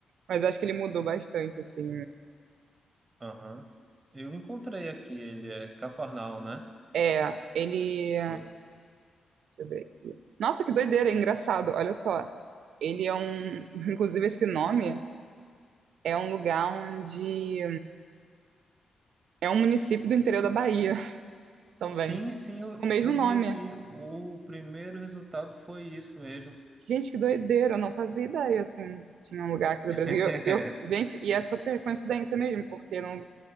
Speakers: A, on the right; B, on the right.
A: Mas eu acho que ele mudou bastante, assim.
B: Aham. Eu encontrei aqui, ele é Cafarnal, né?
A: É, ele.
B: Eu,
A: Deixa eu ver aqui. Nossa, que doideira, é engraçado. Olha só. Ele é um. <laughs> Inclusive, esse nome é um lugar onde. É um município do interior da Bahia <laughs> também.
B: Sim, sim, eu,
A: Com o mesmo
B: eu vi
A: nome.
B: aqui. O primeiro resultado foi isso mesmo.
A: Gente, que doideira, eu não fazia ideia, assim, que tinha um lugar aqui do
B: <laughs>
A: Brasil. Eu, eu- gente, e é super coincidência mesmo, porque não,